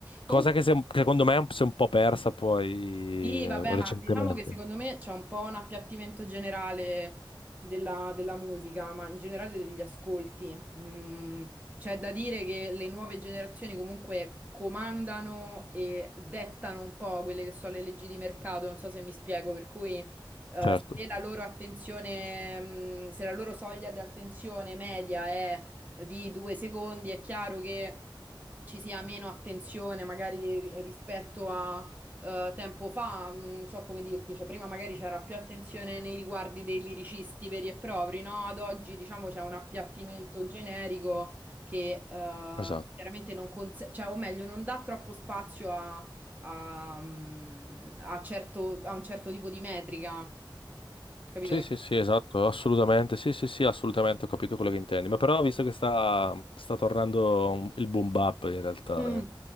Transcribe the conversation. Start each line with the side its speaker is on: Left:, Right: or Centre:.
Right: Comunque,
Left: Cosa che, se- che secondo me si è un po' persa poi
Right: Sì,
Left: eh,
Right: vabbè,
Left: recentemente.
Right: ma diciamo che secondo me c'è un po' un appiattimento generale della, della musica, ma in generale degli ascolti. Mm, c'è da dire che le nuove generazioni comunque comandano e dettano un po' quelle che sono le leggi di mercato, non so se mi spiego, per cui eh,
Left: Certo,
Right: se la loro attenzione, mm, se la loro soglia di attenzione media è di due secondi, è chiaro che ci sia meno attenzione magari rispetto a eh, tempo fa, non so come dirti, cioè prima magari c'era più attenzione nei riguardi dei liricisti veri e propri, no? Ad oggi diciamo c'è un appiattimento generico che eh,
Left: esatto.
Right: chiaramente non cons- cioè, o meglio, non dà troppo spazio a, a, mm, a certo- a un certo tipo di metrica, capito?
Left: Sì, sì, sì, esatto, assolutamente, sì, sì, sì, assolutamente, ho capito quello che intendi. Ma però ho visto che sta, sta tornando un- il boom bap in realtà,
Right: Mm.
Left: eh.